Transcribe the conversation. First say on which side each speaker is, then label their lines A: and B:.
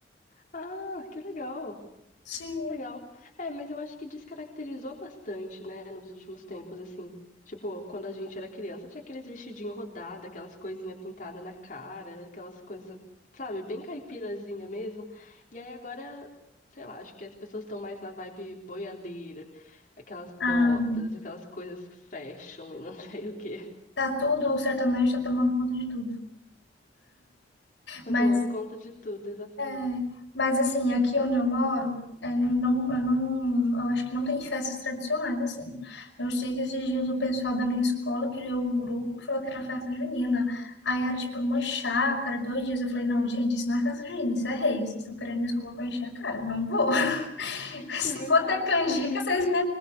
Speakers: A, on the left; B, on the left.
A: Ah, que legal,
B: Sim.
A: que legal. É, mas eu acho que descaracterizou bastante, né, nos últimos tempos, assim. Tipo, quando a gente era criança, tinha aqueles vestidinhos rodados, aquelas coisinhas pintadas na cara, aquelas coisas, sabe, bem caipirazinha mesmo. E aí agora, sei lá, acho que as pessoas estão mais na vibe boiadeira, aquelas botas,
B: Ah,
A: aquelas coisas fashion e não <laughs> sei o quê.
B: tá tudo, o sertanejo tá tomando conta de tudo.
A: Tô
B: Mas
A: tomando conta de tudo, exatamente.
B: É, mas assim, aqui onde eu moro, é, não, eu não, eu acho que não tem festas tradicionais, assim. Eu sei que esses dias o pessoal da minha escola criou um grupo que falou que era festa junina. Aí era tipo uma chácara, dois dias. Eu falei, não, gente, isso não é festa junina, isso é rave. Vocês estão querendo me desculpa pra encher a cara. Não vou. <laughs>
A: Isso
B: Se
A: é verdade,
B: for ter canjica,
A: isso é rave.
B: vocês me...